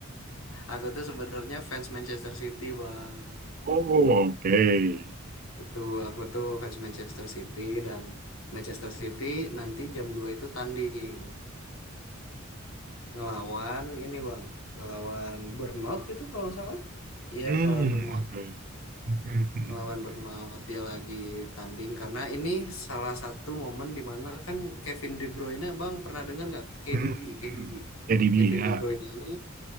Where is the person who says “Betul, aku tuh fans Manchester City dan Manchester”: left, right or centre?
Left